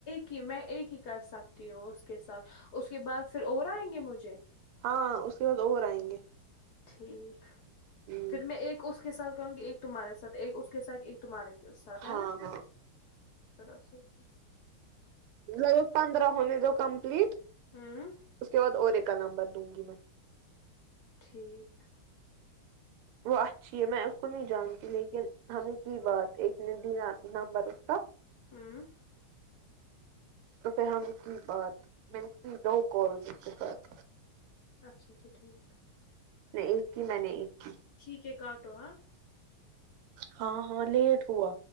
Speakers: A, on the left; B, on the right.
A: کہ میں ایک ہی کر سکتی ہوں اس کے ساتھ اس کے بعد پھر اور آئیں گے مجھے
B: ہاں اس کے بعد اور آئیں گے
A: ٹھیک
B: ہ
A: پھر میں ایک اس کے ساتھ کروں گی ایک تمہارے ساتھ ایک اس کے ساتھ ایک تمہارے ساتھ
B: ہاں
A: ہے نا ٹھیک
B: ہاں
A: <unintelligible>
B: میرے پندرہ ہونے دو کمپلیٹ
A: ہوں
B: اس کے بعد اور ایک کا نمبر دوں گی میں
A: ٹھیک
B: وہ اچھی ہے میں اس کو نہیں جانتی لیکن ہم نے کی بات ایک نے دی آپ نمبر اس کا
A: ہوں
B: تو پھر ہم نے کی بات میں نے کی دو کال کے اس کے ساتھ
A: اچھا اچھا ٹھیک
B: نہیں ایک کی میں نے ایک کی
A: ٹھیک ہے کاٹو ہاں
B: ہاں ہاں لیٹ ہوا